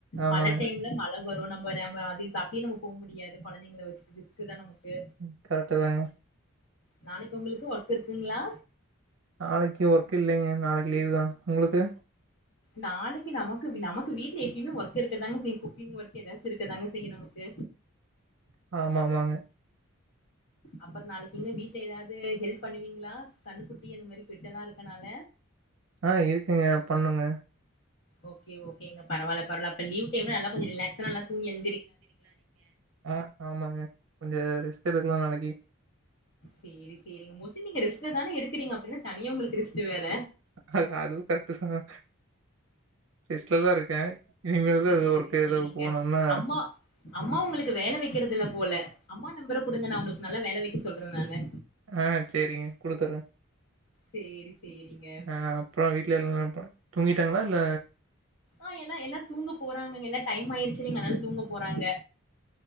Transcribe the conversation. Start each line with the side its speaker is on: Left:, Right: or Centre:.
Right: ஆமாங்க
Left: மழ டைம்ல மழ வ ஓ நம்ப நம்ம அதிக் அப்பியே நம்ம போ முடியாது கொழந்தைங்கள வச்சிட்டு ரிஸ்க்கு தா நமக்கு
Right: ம் கரெட்டு தாங்க
Left: நாளைக் உங்களுகு ஒர்க் இருக்குங்களா
Right: நாளைக்கு ஒர்க் இல்லைங்க நாளைக்கு லீவ் தா உங்களுக்கு
Left: நாளைக்கு நமக்கு நமக்கு வீட்டுல எப்பிம்மே ஒர்க்கு இருக்கதாங்க செய்யு குக்கிங் ஒர்க்கு எதாச்சு இருக்குதாங்க செய்யு நமக்கு
Right: உம் ஆமா ஆமாங்க
Left: அப்பற நாளைக் எங்க வீட்ல எதாவ்து ஹெல்ப் பண்ணுவீங்களா கண்ணுகுட்டி அந்த மாரி பெட்டெல்லா இருக்கனால
Right: ஆ இருக்குங்க பண்ணுங்க
Left: ஓகே ஓகேங்க பரவால்ல பரல அப்ப லீவ் டைம்ல நல்லா கொஞ்ச ரிலக்ஸ் நல்லா தூங்கி எ
Right: ஆ ஆமாங்க கொஞ்ச ரெஸ்ட் எடுக்கலா நாளைக்கி
Left: சேரி சேரிங்க மோஸ்லி நீங்க ரேஸ்ல தானே இருக்கீறிங்க அப்ப என்ன தனியா உங்களுக்கு ரெஸ்ட்டு வேற
Right: அ அதுவு கரெக்ட்டு தாங்க ரெஸ்ட்லதா இருக்கே இனிமேல்தா
Left: சேரி
Right: எதோ ஒர்க்கு
Left: சேரிங்க
Right: எதாவ் போனம்னா
Left: அம்மா அம்மா உங்களுக்கு வேல வெக்கிறது இல்ல போல அம்மா நம்பர கொடுங்க நா உங்களுக்கு நல்லா வேல வைக்க சொல்றே நானு
Right: ஆ செரிங்க குடுத்தறே
Left: சேரி சேரிங்க
Right: ஆ அப்றோ வீட்ல எல்லா இப்ப தூங்கிட்டாங்ளா இல்ல
Left: ஆ எல்லா எல்லா தூங்க போறாங்கங்க எல்லா டைம் ஆயிருச்சுங்கில அதனால் தூங்க போறாங்க